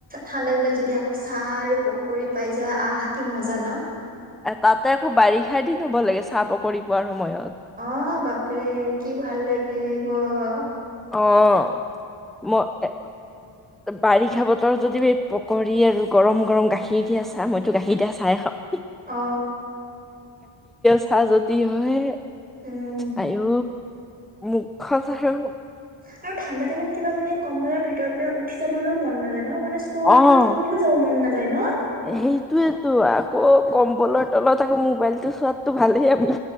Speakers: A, on the right; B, in the centre.
A: ঠাণ্ডা দিনত যদি আকৌ চাহ আৰু পকৰি পাই যা, আহ কি মজা ন?
B: তাতে আকৌ বাৰিষা দিন হ'ব লাগে চাহ পকৰি পোৱাৰ সময়ত।
A: অ বাপৰে কি ভাল লাগে এই বোৰ।
B: অহ মই বাৰিষা বতৰত যদি পকৰী আৰু গৰম গৰম গাখীৰ দিয়া চাহ মইতো গাখীৰ দিয়া চাই খাওঁ।
A: অ।
B: চ যদি হয়
A: উম
B: আইও মুখত আৰু
A: আৰু ঠাণ্ডা দিনত কিবা মানে কম বলৰ ভিতৰ পৰা উঠি যাবলৈও মন নাযায় ন ম। মানে <unintelligible> স্কুলতো
B: অ'
A: থাকিলে যাব মন নাযায়? ন
B: সেইটোয়েতো আকৌ কম্বলৰ তলত আকৌ মোবাইলতটো চোৱাতটো ভালেই আমি